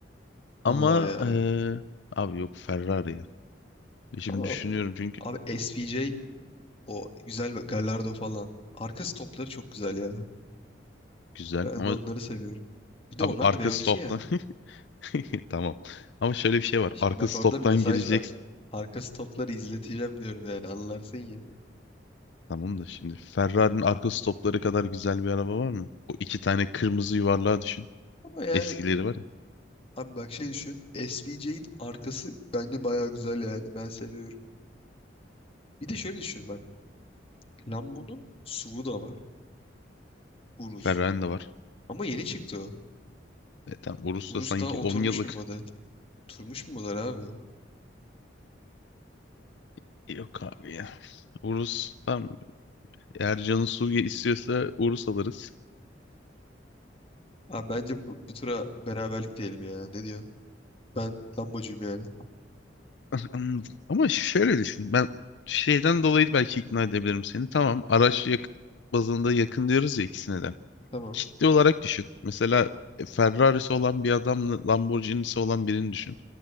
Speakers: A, on the left (about 30°); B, on the left (about 70°).
A: Vallahi
B: Ama
A: ya.
B: eee, abi yok Ferrari ya. Şimdi
A: Ama
B: düşünüyorum çünkü
A: abi SVJ o güzel bir Gallardo falan. Arka stopları çok güzel ya.
B: Güzel.
A: Ben
B: Ama
A: de onları seviyorum. Bir de
B: Abi
A: onlar
B: arka
A: da V12
B: stoptan
A: ya.
B: <laughs> tamam. Ama şöyle bir şey var.
A: Şimdi
B: Arka
A: bak
B: stoptan
A: orada bir mesaj
B: gireceksin.
A: var. Arka stopları izleteceğim diyorum yani anlarsın ya.
B: Tamam da şimdi Ferrari'nin arka stopları kadar güzel bir araba var mı? O iki tane kırmızı yuvarlağı düşün.
A: Ama yani
B: Eskileri var ya.
A: abi bak şey düşün. SVJ'in arkası bence baya güzel yani. Ben seviyorum. Bir de şöyle düşün bak. Lambo'nun SUV'u da var. Urus.
B: Ferrari'nin de var.
A: Ama yeni çıktı o.
B: E tamam Urus
A: Urus
B: da sanki
A: daha oturmuş
B: on yıllık.
A: bir model. Oturmuş bir model abi.
B: <laughs> Yok abi ya. Urus tam Ercan'ın su istiyorsa Urus alırız.
A: Abi bence bu, bu tura beraberlik diyelim ya. Ne diyor? Ben Lambocuyum yani.
B: <laughs> Anladım. Ama şöyle düşün. Ben şeyden dolayı belki ikna edebilirim seni. Tamam araç yak- bazında yakın diyoruz ya ikisine de.
A: Tamam.
B: kitle olarak düşün. Mesela e, Ferrari'si olan bir adamla Lamborghini'si olan birini düşün.